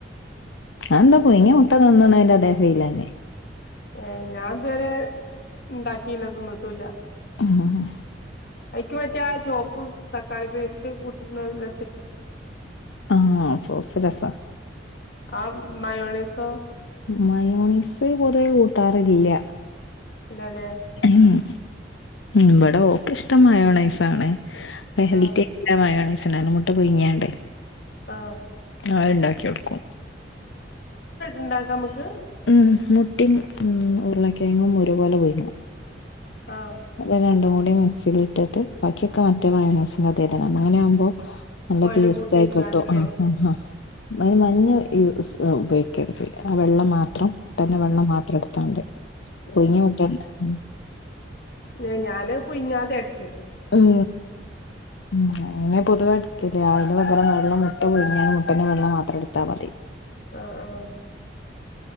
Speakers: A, on the left; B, on the left.
A: അയെന്താ പുയുങ്ങിയ തിന്നുന്നേന്റെ ഫീലന്നെ.
B: ഏഹ് ഞാൻ ഇതുവരെ ഇണ്ടാക്കിയില്ല തിന്നിട്ടുല്ല.
A: ആഹ്
B: അയ്ക്ക് പറ്റിയ ആ ചോപ്പ് തക്കാളി പേസ്റ്റ് കൂട്ടി <unintelligible>
A: ആഹ് സോസ്‌ രസാ
B: ആഹ്, മയൂണസോ?
A: മയോണെസ് പൊതുവെ കൂട്ടാറില്യ
B: ഇല്ലല്ലേ
A: മ്ഹ് ഇവിടെ ഓക്ക് ഇഷ്ടം മയോണൈസ്‌ ആണെ <unintelligible>
B: ആഹ്
A: മയോണൈസ്‌ <unintelligible> മുട്ട പുഴുങ്ങിയാണ്ട്.
B: ആഹ്
A: അത് ഇണ്ടാക്കി കൊടുക്കും
B: ഉണ്ടാക്കാം നമുക്ക്
A: ഉം മുട്ടിയും ഉം ഉരുളക്കെഴങ്ങും ഒരുപോലെ <unintelligible>
B: ആഹ്
A: അത് രണ്ടും <unintelligible> <unintelligible> മിക്സില് ഇട്ടിട്ട് ബാക്കിയൊക്ക മറ്റേ മായോണൈസ്‌ അതെ ഇത് തന്നെയാണ് അങ്ങനെ ആകുമ്പോ നല്ല
B: ഓയില്
A: പേസ്റ്റ്
B: കൂട്ടി
A: ആയി
B: വെച്ചാണ്ട്ല്ലേ
A: ക്കിട്ടും ആഹ് ആഹ് ഹ അതിന് മഞ്ഞ ഉപയോഗിക്കരുത്. ആ വെള്ളം മാത്രം <unintelligible> വെള്ള മാത്രം എടുത്താ മതി. പുഴുങ്ങിയ മുട്ടേ മ്ഹ്
B: ഏ ഞാന് പുയ്ങ്ങാ തെട്ച്ചല്
A: ഉം ഉം അങ്ങനെ പൊതുവെട്ക്കല് അയ്ന് പകരം വെള്ള മുട്ട പുയ്ങ്ങാണ്ട് മുട്ടൻ്റെ വെള്ള മാ ത്രട്ത്താ മതി.
B: ആഹ് ആഹ്